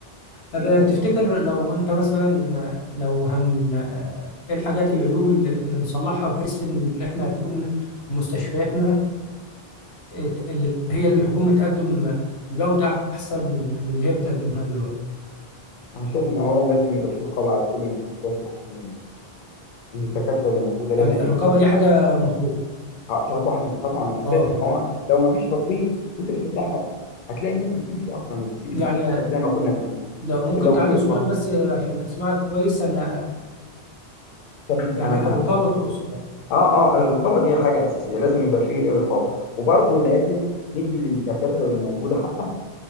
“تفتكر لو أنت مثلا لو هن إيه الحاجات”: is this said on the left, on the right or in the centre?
Left